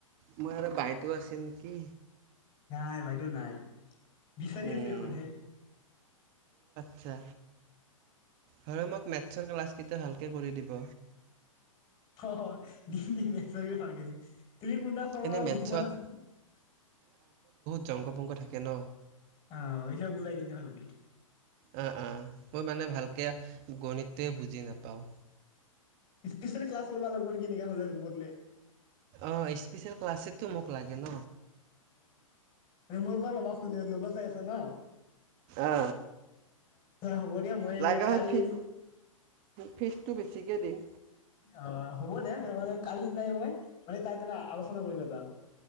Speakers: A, on the right; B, on the left.
A: মই আৰু বাইতো আছ- হেন কি
B: নাই, বাইদেউ নাই। বিচাৰি
A: উম,
B: আছে এখন হে।
A: চা। হয়, মোক মেথছৰ ক্লাছকেইটা ভালকৈ কৰি দিব।
B: অ', দিম, দিম মেথছ ৰ কেইটা ভালকে দিম। তুমি কোনটা ফৰ্মূলা
A: এনেই মেথছত
B: বুজি পোৱা নাছিলি?
A: জংগ-পংগ থাকে ন?
B: আহ আহিলে বুজাই দিম দে ভালকে।
A: অ, অ, মই মানে ভালকে গণিতে বুজ- জি নাপাওঁ।
B: স্পেচিয়েল ক্লাছ কৰিব লাগব নেকি, এনেকে ৰোমত লে।
A: অ', স্পেচিয়েল ক্লাছেটো মোক লাগে ন।
B: অ মই পৰা লব খুন্দ লব চাই আছ না
A: অ
B: হ'ব দিয়া মই
A: লগা
B: কালি
A: হয়, ফিজ ফিজটো বেছিকৈ দিম।
B: অ, হ'ব দে কালি যায় মই, তাৰকাৰনে আলোচনা কৰিম এবা।